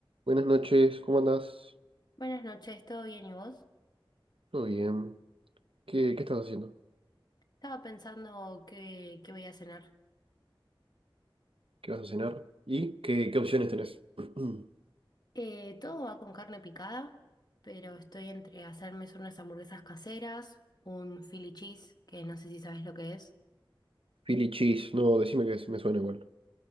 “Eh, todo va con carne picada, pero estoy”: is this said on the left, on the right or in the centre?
Left